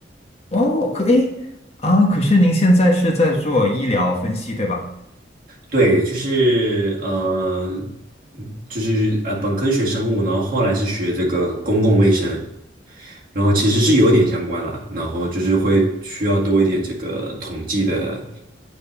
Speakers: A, on the left; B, on the right.
A: 哦，可诶啊，可是您现在是在做医疗分析，对吧？
B: 对，就是呃，嗯就是呃，本科学生物，然后后来是学这个公共卫生，然后其实是有点相关啦，然后就是会需要多一点这个统计的